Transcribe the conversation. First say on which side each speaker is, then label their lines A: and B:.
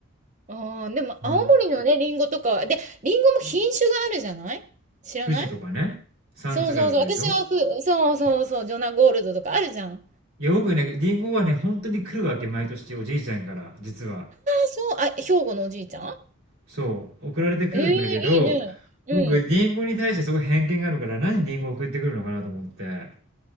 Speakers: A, on the right; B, on the right.
A: ああ、でも青森のね、
B: うん。
A: リンゴとかは、で、リンゴも品種があるじゃない知らない
B: 富士とかね、三津軽とかでしょ
A: そうそうそう。私はふ、そうそうそう、ジョナゴールドとかあるじゃん。あ、
B: いや、僕ね、リンゴはね、本当に来るわけ、毎年、おじいちゃんから、実は。
A: そう、あ、兵庫のおじいちゃん
B: そう、送られてくるんだけど、
A: ええー、いいね。うん。
B: 僕、リンゴに対してすごい偏見があるから、何リンゴ送ってくるのかなと思って、